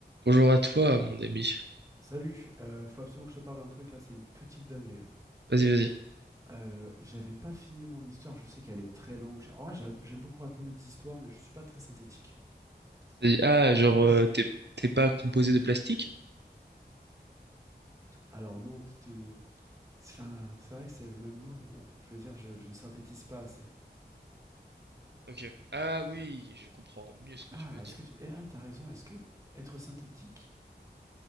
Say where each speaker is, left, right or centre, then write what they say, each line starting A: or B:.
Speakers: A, on the right (about 75°); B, on the right (about 20°).
A: Bonjour à toi, mon ami.
B: Salut, euh, faut absolument que je te parle d'un truc là, c'est une petite dinguerie là.
A: Vas-y, vas-y.
B: Euh, j'avais pas fini mon histoire, je sais qu'elle est très longue. J'ai- En vrai, j'a- j'aime beaucoup raconter des histoires, mais je suis pas très synthétique.
A: Vas-y. Ah, genre, euh, t'es t'es pas composé de plastique?
B: Alors non, tu te... enfin, c'est vrai que c'est le même mot, mais non. Je veux dire, je, je ne synthétise pas assez.
A: Ok. Ah oui, je comprends mieux ce que
B: Ah,
A: tu veux
B: est-ce
A: dire.
B: que tu... Eh, ah, t'as raison, est-ce que être synthétique